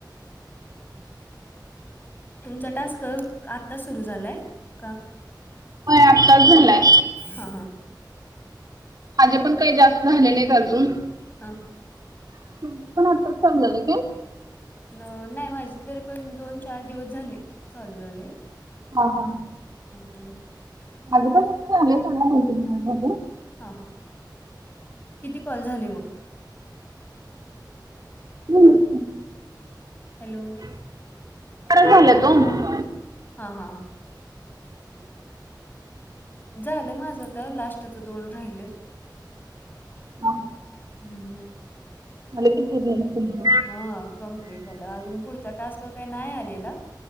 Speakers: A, on the left; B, on the right.
A: तुमचा टास्क आत्ता सुरू झालाय का
B: होय आत्ताच झालाय
A: हां, हां,
B: माझे पण काही जास्त झाले नाहीत अजून
A: हां.
B: तुमचं पण आत्ताच चालू झालंय काय
A: न नाही माझे तरी पण दोन चार दिवस झाले चालू झालंय
B: हा हा
A: हो
B: माझं पण आता झालंय चांगला <unintelligible>
A: हा हा किती कॉल झाले मग
B: <inaudible>
A: हॅलो
B: <unintelligible>
A: हा हा ह झालंय माझं आता लास्टचं दोन राहिलेत
B: <inaudible>
A: हम्म
B: आले किती <unintelligible>
A: हा कम्प्लीट झालं अजून पुढचा टास्क काय नाय आलेला